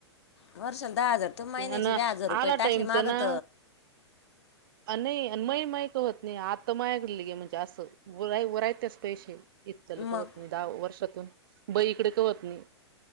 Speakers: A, on the left; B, on the right.
A: वर्षाला दहा हजार तर महिन्याचे
B: हाना
A: बी हजार रुपये
B: आला
A: टाकले
B: टाईम तर
A: मागं
B: ना? अ नाही माही माही का होत नाही आता माय म्हणजे अस वराय वरायच पैसे इतल
A: मग
B: कवत नाही दहा वर्षातून बई इकडे का होत नाही